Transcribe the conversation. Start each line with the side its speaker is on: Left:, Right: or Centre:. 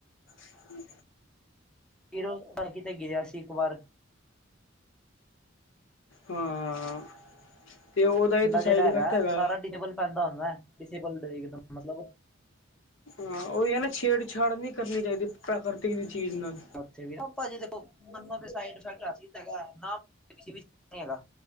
Left: ਹੂੰ,
Centre: ਬੀਰੋ ਕਿਤੇ ਗਿਆ ਸੀ, ਇੱਕ ਵਾਰ
Left: ਹਾਂ ਤੇ ਉਹਦਾ ਵੀ
Centre: ਬੰਦਾ
Left: ਤਾਂ ਸਾਈਡ
Centre: ਜਿਹੜਾ
Left: ਇਫੈਕਟ ਹੈਗਾ
Centre: ਸਾਰਾ <unintelligible> ਮਤਲਬ
Left: ਹਾਂ ਉਹੀ ਹੈ ਨਾ ਛੇੜਛਾੜ ਨਹੀਂ ਕਰਨੀ ਚਾਹੀਦੀ ਪ੍ਰਾਕ੍ਰਤਿਕ ਦੀ ਚੀਜ਼ ਨਾਲ
Centre: ਉਥੇ ਵੀ ਭਾਜੀ ਦੇਖੋ ਮੰਨੋ ਤੇ ਸਡ ਇਫੈਕਟ ਹੈਗਾ ਨਾ ਵੀ ਹੈਗਾ